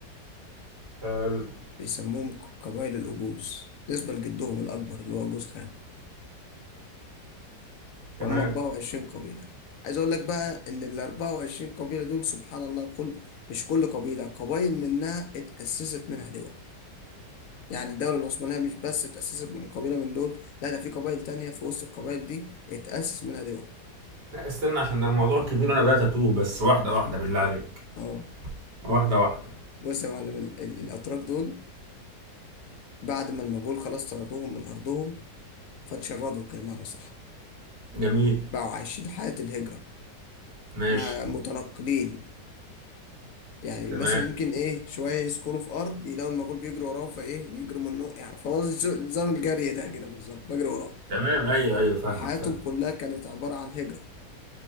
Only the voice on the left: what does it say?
بيسموهم ق- قبائل الأجوز بالنسبة لجدهم الأكبر اللي هو جوز خان
هم 24 قبيلة عايز اقول لك بقى ان ال 24 قبيلة دول سبحان الله كل مش كل قبيلة قبائل منها اتأسست منها دول يعني الدولة العثمانية مش بس اتأسست من قبيلة من دول لا ده في قبائل تانية في وسط القبائل دي اتأسس منها دول
<laughs>
اه
بص يا معلم ال ال الاتراك دول بعد ما المغول خلاص طردوهم من ارضهم فتشردوا كمان صح
بقوا عايشين حياة الهجرة
ما متنقلين يعني
مثلا يمكن ايه شويه يسكنوا في ارض يلاقوا المجهول بيجري وراهم فايه يجروا منه يعني فهو ز- نظام الجري ده كده بالظبط بجري وراك
فحياتهم
كلها كانت عباره عن هجره